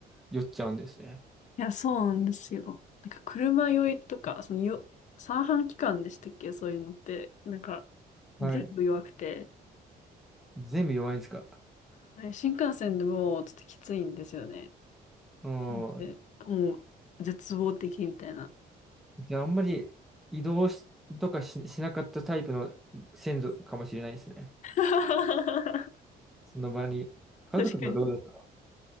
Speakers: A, in the centre; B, on the left (about 50°).
A: 酔っちゃうんですね。
B: や、そうなんですよ。なんか車酔いとか、そのよ、三半規管でしたっけそういうのって、なんか
A: はい。
B: 全部弱くて、
A: 全部弱いんですか。
B: はい、新幹線でもうちょっときついんですよね。
A: うん。
B: なんで、もう絶望的みたいな。
A: じゃあ、あんまり移動しとかし、しなかったタイプの先祖かもしれないですね。
B: <laughs> 確
A: その場に。家族とはどうだった
B: かに。